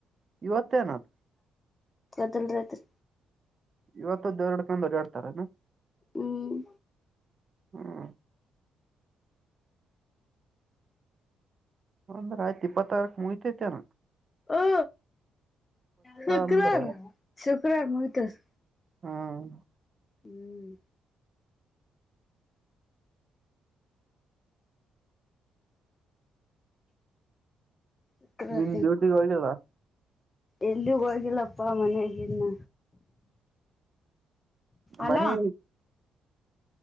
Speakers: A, on the right; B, on the left.
A: ಇವತ್ತೇನದ.
B: ಕದಲ್ ರತ್ರಿ
A: ಇವತ್ತದ್ದ ಎರಡ್ ಕಂದ ಎಡ್ತಾರನಾ
B: ಹ್ಮ್
A: ಹ್ಮ ಹಂದ ರಾಯ ತಿಪ್ಪ ತಾರಕ ಮುಹಿತೆ ಚನ
B: ಓ ಶುಕ್ರವಾರ
A: ಅಂದ್ರ
B: ಶುಕ್ರವಾರ ಮುಗಿತ್ತದೆ
A: ಹ್ಮ್
B: ಹ್ಮ್ ಶುಕ್ರವಾರ
A: ನಿಮ ಡ್ಯೂಟಿಗೆ ಹೋಗ್ಯಲ್ಲ
B: ಎಲ್ಲಿಗ ಹೋಗಿಲ್ಲಪ್ಪಾ ಮನಗೆ ಇನ್ನ ಅಲ
A: ಮನಿ